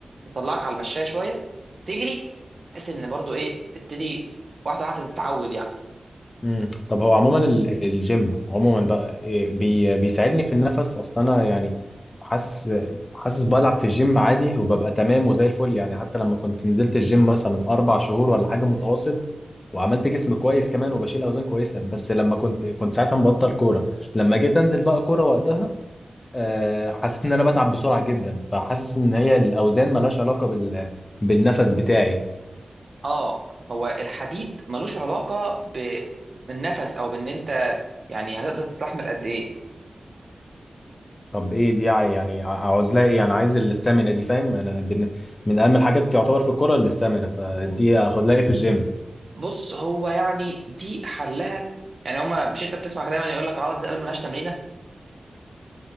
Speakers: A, on the right (about 55°); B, on the left (about 35°).
A: اطلعك على المشايه شويه تجري بحيث ان برضو ايه تبتدي واحده واحده تتعود يعني
B: مم. طب هو عموما ال- الجيم عموما بقى إيه، بي بيساعدني في النفس اصلا انا يعني حاسس حاسس بلعب في الجيم عادي وببقى تمام وزي الفل يعني حتى لما كنت نزلت الجيم مثلا اربع شهور ولا حاجه متواصل وعملت جسم كويس كمان وبشيل اوزان كويسه بس لما كنت كنت ساعتها مبطل كوره لما جيت انزل بقى كوره وقتها آه، حسيت ان انا بتعب بسرعه جدا فحاسس ان هي الاوزان ملهاش علاقه بال بالنفس بتاعي
A: اه هو الحديد ملوش علاقه بالنفس او بان انت يعني هتقدر تستحمل قد ايه
B: طب ايه دي يعني يعني عاوز لها ايه انا عايز الاستامينا دي فاهم انا بن- من اهم الحاجات تعتبر في الكوره الاستامينا فدي اخد لها ايه في الجيم
A: بص هو يعني دي حلها يعني هما مش انت بتسمع دايما يقول لك عضله القلب ملهاش تمرينه